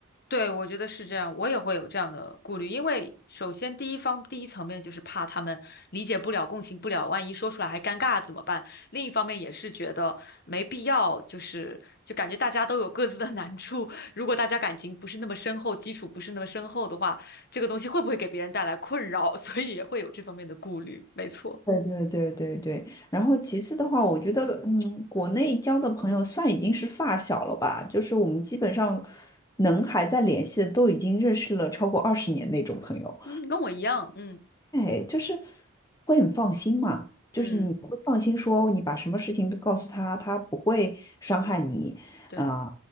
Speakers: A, on the left; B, on the left.
A: 对，我觉得是这样，我也会有这样的顾虑，因为首先第一方第一层面就是怕他们理解不了、共情不了，万一说出来还尴尬怎么办？另一方面也是觉得没必要，就是就感觉大家都有各自的难处，如果大家感情不是那么深厚，基础不是那么深厚的话，这个东西会不会给别人带来困扰？<laughs> 所以也会有这方面的顾虑，没错，
B: 对对对对对，然后其次的话，我觉得，嗯，国内交的朋友算已经是发小了吧，就是我们基本上能还在联系的，都已经认识了超过二十年那种朋友。
A: 嗯，跟我一样，嗯
B: 哎，就是会很放心嘛，就是你会放心说你把什么事情都告诉他，
A: 嗯，
B: 他不会伤害你，
A: 对，
B: 啊、